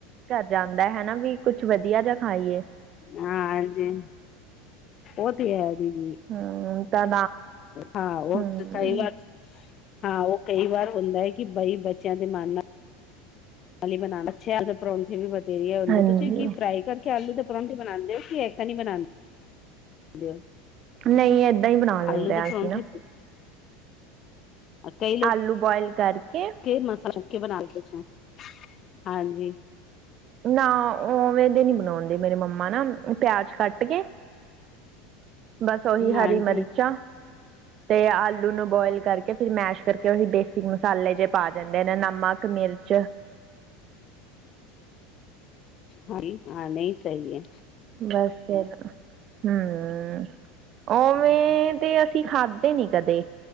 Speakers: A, on the right (about 40°); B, on the left (about 40°).
A: ਕਰ ਜਾਂਦਾ ਹਨਾ ਵੀ ਕੁਛ ਵਧੀਆ ਜਾ ਖਾਈਏ।
B: ਹਾਂ ਹਾਜੀ ਉਹ ਤੇ ਹੈ ਜੀ
A: ਹੂੰ ਤਾਂ,
B: ਹਾਂ ਓ
A: ਹਮ
B: ਸਹੀ ਵੱਲ ਹਾਂ ਉਹ ਕਈ ਵਾਰ ਹੁੰਦਾ ਕਿ ਬਈ ਬੱਚਿਆਂ ਦੇ ਮਨ ਨਾਲ ਨਾਲ ਬਣਾਣਾ ਅੱਛ ਪਰੌਂਠੇ ਵੀ ਵਥੇਰੀ ਹੁੰਦੇ
A: ਹਾਂਜੀ
B: ਤੁਸੀਂ ਕੀ ਫਰਾਈ ਕਰ ਕਿ ਆਲੂ ਦੇ ਪਰੌਂਠੀ ਬਣਾਦੇ ਓ ਕਿ <unintelligible>
A: ਨਹੀਂ ਏਦਾਂ ਹੀ ਬਣਾ ਲੈਂਦੇ
B: ਆਲੂ ਦੇ
A: ਆ ਅਸੀਂ
B: ਪਰੌਂਠੇ
A: ਨਾ।
B: ਕਈ ਲੋਕ
A: ਆਲੂ ਬੁਆਇਲ ਕਰਕੇ।
B: <unintelligible> ਹਾਂਜੀ।
A: ਨਾ ਉਵੇਂ ਦੇ ਨੀ ਬਣਾਉਂਦੇ ਮੇਰੀ ਮੰਮਾ ਨਾ। ਪਿਆਜ ਕੱਟ ਕੇ ਬਸ ਓਹੀ ਹਰੀ
B: ਹਾਂਜੀ
A: ਮਿਰਚਾਂ। ਤੇ ਆਲੂ ਨੂੰ ਬੋਇਲ ਕਰਕੇ ਫਿਰ ਮੈਸ਼ ਕਰਕੇ ਉਹੀ ਬੇਸ ਮਸਾਲੇ ਜਿਹੇ ਪਾ ਜਾਂਦੇ ਨੇ ਨਮਕ ਮਿਰਚ
B: ਹਾਂਜੀ ਹਾਂ ਨਹੀਂ। ਸਹੀ ਐ।
A: ਬਸ ਫਿਰ ਹੂੰ ਉਵੇਂ ਤੇ ਅਸੀਂ ਖਾਧੇ ਨੀ ਕਦੇ।